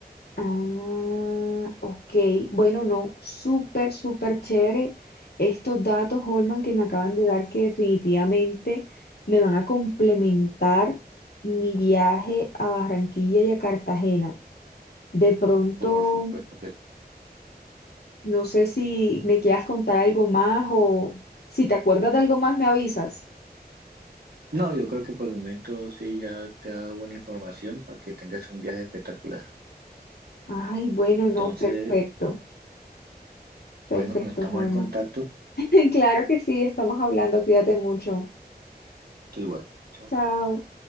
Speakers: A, on the left; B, on the right.
A: Ah, ok. Bueno, no, súper, súper chévere estos datos, Holman, que me acaban de dar que definitivamente me van a complementar mi viaje a Barranquilla y a Cartagena. De pronto,
B: Por supuesto que sí.
A: no sé si me quieras contar algo más o si te acuerdas de algo más, me avisas.
B: No, yo creo que por el momento sí ya te da buena información para que tengas un viaje espectacular.
A: Ay, bueno,
B: Entonces,
A: no, perfecto, perfecto,
B: bueno, estamos
A: Holman.
B: en contacto.
A: <laughs> Claro que sí, estamos hablando, cuídate mucho.
B: Estoy igual. Chao.
A: Chao.